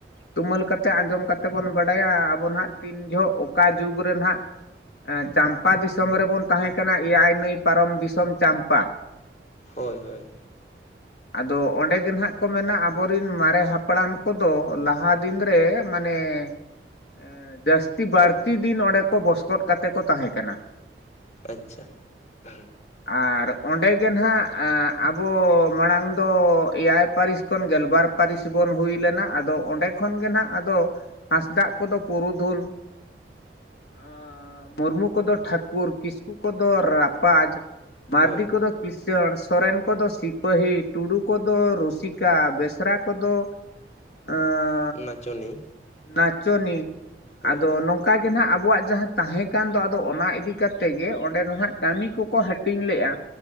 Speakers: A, on the left; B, on the left.
A: ᱛᱩᱢᱟᱹᱞ ᱠᱟᱛᱮ ᱟᱸᱡᱚᱢ ᱠᱟᱛᱮ ᱵᱚᱱ ᱵᱟᱰᱟᱭᱟ ᱟᱵᱚ ᱱᱟᱦᱟᱜ, ᱛᱤᱱ ᱡᱚᱦᱚᱜ ᱚᱠᱟ ᱡᱩᱜᱽ ᱨᱮᱱ ᱦᱟᱜ ᱪᱟᱢᱯᱟ ᱫᱤᱥᱚᱢ ᱨᱮᱵᱚᱱ ᱛᱟᱦᱮᱸ ᱠᱟᱱᱟ ᱮᱭᱟᱭ ᱱᱟᱹᱭ ᱯᱟᱨᱚᱢ ᱫᱤᱥᱚᱢ ᱪᱟᱢᱯᱟ᱾
B: ᱦᱳᱭ ᱦᱳᱭ᱾
A: <unintelligible> ᱟᱫᱚ ᱚᱸᱰᱮ ᱜᱮ ᱱᱟᱦᱟᱜ ᱠᱚ ᱢᱮᱱᱟ ᱟᱵᱚᱨᱮᱱ ᱢᱟᱨᱮ ᱦᱟᱯᱲᱟᱢ ᱠᱚᱫᱚ ᱞᱟᱦᱟ ᱫᱤᱱ ᱨᱮ ᱢᱟᱱᱮ, ᱮ ᱡᱟᱹᱥᱛᱤ ᱵᱟᱹᱲᱛᱤ ᱫᱤᱱ ᱚᱸᱰᱮ ᱠᱚ ᱵᱚᱥᱠᱚᱫ ᱠᱟᱛᱮ ᱠᱚ ᱛᱟᱦᱮᱸᱠᱟᱱᱟ᱾
B: ᱟᱪᱪᱷᱟ, ᱦᱮᱸ᱾
A: ᱟᱨ ᱚᱸᱰᱮ ᱜᱮ ᱱᱟᱦᱟᱸᱜ, ᱟᱵᱚ ᱢᱟᱲᱟᱝ ᱫᱚ ᱮᱭᱟᱭ ᱯᱟᱹᱨᱤᱥ ᱠᱷᱚᱱ ᱜᱮᱞᱵᱟᱨ ᱯᱟᱹᱨᱤᱥ ᱵᱚᱱ ᱦᱩᱭ ᱞᱮᱱᱟ ᱟᱫᱚ ᱚᱸᱰᱮ, ᱠᱷᱚᱱ ᱜᱮ ᱱᱟᱜ ᱟᱫᱚ ᱦᱟᱸᱥᱫᱟᱜ ᱠᱚᱫᱚ ᱯᱩᱨᱩᱫᱷᱩᱞ᱾ ᱟᱸ, ᱢᱩᱨᱢᱩ ᱠᱚᱫᱚ ᱴᱷᱟᱹᱠᱩᱨ ᱠᱤᱥᱠᱩ ᱠᱚᱫᱚ ᱨᱟᱯᱟᱡᱽ ᱢᱟᱨᱰᱤ
B: ᱦᱳᱭ
A: ᱠᱚᱫᱚ, ᱠᱤᱥᱟᱹᱬ ᱥᱚᱨᱮᱱ ᱠᱚᱫᱚ ᱥᱤᱯᱟᱹᱦᱤ, ᱴᱩᱰᱩ ᱠᱚᱫᱚ ᱨᱩᱥᱤᱠᱟ, ᱵᱮᱥᱨᱟ ᱠᱚᱫᱚ, <inaudible>
B: ᱱᱟᱪᱚᱱᱤ᱾
A: ᱱᱟᱪᱚᱱᱤ,
B: ᱦᱳᱭ
A: ᱟᱫᱚ ᱱᱚᱝ ᱚᱱᱠᱟ ᱜᱮ ᱱᱟᱦᱟᱜ ᱟᱵᱚᱣᱟᱜ ᱡᱟᱦᱟᱸ ᱛᱟᱦᱮᱸ ᱠᱟᱱ ᱫᱚ ᱟᱫᱚ ᱚᱱᱟ ᱤᱫᱤ ᱠᱟᱛᱮ ᱜᱮ ᱚᱸᱰᱮ ᱫᱚ ᱱᱟᱦᱟᱜ ᱠᱟᱹᱢᱤ ᱠᱚᱠᱚ ᱦᱟᱹᱴ ᱴᱤᱧ ᱞᱮᱹᱜ-ᱟ,